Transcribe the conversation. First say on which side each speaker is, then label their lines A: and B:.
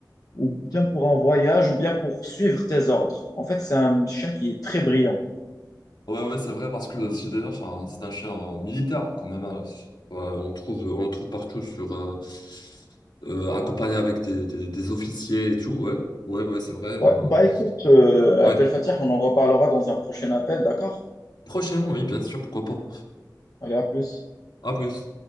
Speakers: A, on the left (about 55°); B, on the left (about 75°).
A: Ou bien pour un voyage, ou bien pour suivre tes ordres. En fait, c'est un chien qui est très brillant.
B: Ouais, ouais, c'est vrai, parce que c'est déjà enfin, c'est un chien militaire, quand même. hein. Ouais, on trouve, on le trouve partout, sur, euh, euh, accompagné avec des, des- des officiers et tout, ouais. Ouais, ouais, c'est vrai.
A: Ouais.
B: Ben,
A: Bah écoute, euh,
B: ouais.
A: Abdel Fattah, on en reparlera dans un prochain appel, d'accord?
B: Prochainement, oui, bien sûr, pourquoi pas.
A: Allez, à plus.
B: À plus.